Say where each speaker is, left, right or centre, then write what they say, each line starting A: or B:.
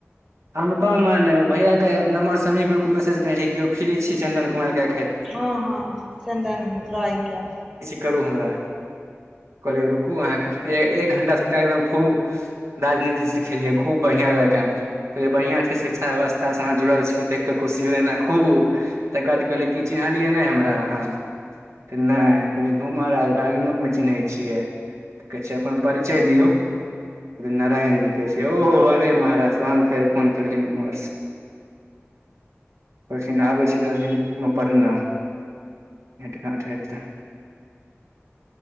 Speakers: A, on the right; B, on the right.
A: अनुपम भैया के नम्बर सही ग्रुपमे भेजने छै? केओ फ्री छी? चन्दन कुमारके।
B: हँ, हँ, चन्दन रॉय कऽ
A: करु हमरा, कहलिय रुकु अहाँकेँ एक घण्टासे हुनका एकदम खूब राजनीतिसँ खेलियै खूब बढ़िआ जकऽ। कहलै बढ़िआ छै, शिक्षा व्यवस्थासँ अहाँ जुड़ल छी, देख कऽ खुशी भेलै एना खूब। ता बाद कहलै कि चिन्हलियै नहि हमरा अहाँ? तऽ नहि कहलियै धूम आ भागिनोक ने चिन्है छियै। तऽ कहै छै, अपन परिचय दियौ, नारायण जी कहै छै, ओ हरे महाराज। तहन फेर फोन केलखिन उमहर। ओखिन आबै छै, दस दिनमे पटना। भेट घाट हेते।